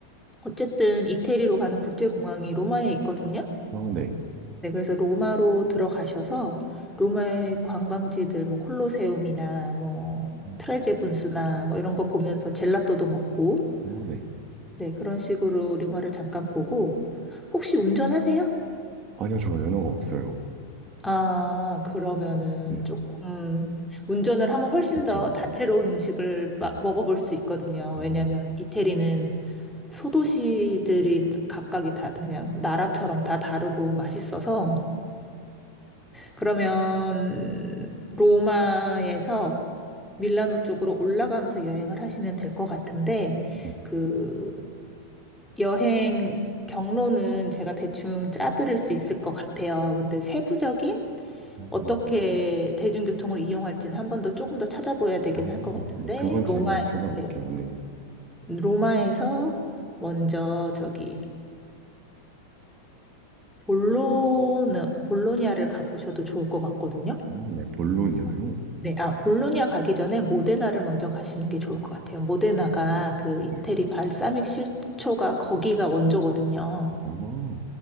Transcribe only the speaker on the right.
아, 네.
음,
아, 네.
아니요, 저 연어가 없어요.
네,
그쵸.
네,
아,
네,
네,
아,
네,
아,
네, 그건 제가
찾아볼게요.
네,
어, 네, 볼로니아요.
네,
어,